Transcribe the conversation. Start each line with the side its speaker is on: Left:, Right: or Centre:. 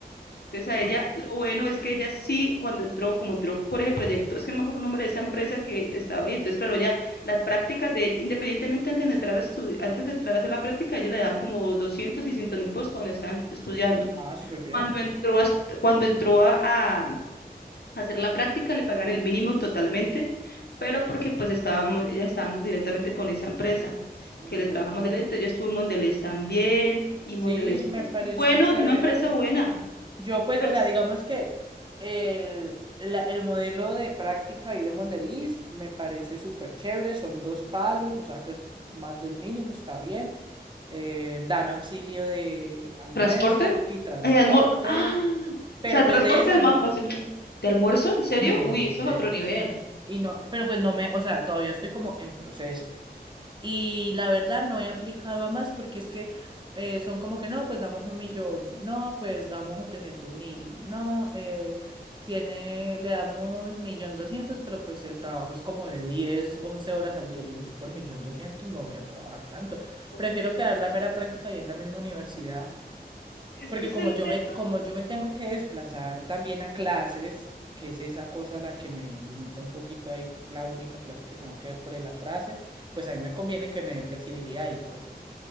Left: Entonces a ella,
Right: Mm.
Left: lo bueno es que ella sí, cuando entró, como entró por ese proyecto, es que no me acuerdo el nombre de esa empresa que estaba ahí, entonces claro, ya las prácticas de, ella, independientemente antes de entrar a estudi- antes de entrar a hacer la práctica, ella le dan como 200, 600 mil pesos cuando están estudiando.
Right: Ah, súper bien.
Left: Cuando entró a, est- cuando entró a, a hacer la práctica, le pagan el mínimo totalmente, pero porque pues estábamos, ellas estaban directamente con esa empresa
Right: Mm,
Left: que le trabaja a Mondelez, entonces yo estuve en Mondelez también, y
Right: sí,
Left: Mondelez pues,
Right: me parece
Left: es bueno,
Right: chévere.
Left: es una empresa buena,
Right: Yo, pues,
Left: pero...
Right: o sea, digamos que el, la- el modelo de práctica y de Mondeliz me parece súper chévere. Son dos palos, o sea que es más del mínimo, está bien. Eh, dan auxilio de almuerzo
Left: ¿Transporte?
Right: y transporte.
Left: Ay, almuer- ¡Ah!
Right: Pero
Left: O sea,
Right: pues
Left: transporte
Right: de esa
Left: es
Right: no.
Left: más fácil. pero- ¿De almuerzo? ¿En serio?
Right: hmm,
Left: Uy, eso
Right: sí.
Left: es otro nivel.
Right: Y no, pero pues no me, o sea, todavía estoy como en proceso. Y la verdad no he aplicado a más porque es que eh, son como que no, pues damos un millón, no, pues damos ochocientos mil, no, eh, tiene, le damos millón doscientos, pero pues el trabajo es como de 10 11 horas al día. Yo digo, yo por millón doscientos no voy a trabajar tanto.
Left: Entonces,
Right: Prefiero quedar la mera práctica y en la misma universidad
Left: Es
Right: porque
Left: que es
Right: como
Left: el
Right: yo
Left: tema,
Right: me, como yo me tengo que desplazar también a clases, que es esa cosa la que me limita un poquito ahí, la única clase que tengo que ver por el atrase, pues a mí me conviene que me den flexibilidad y pues,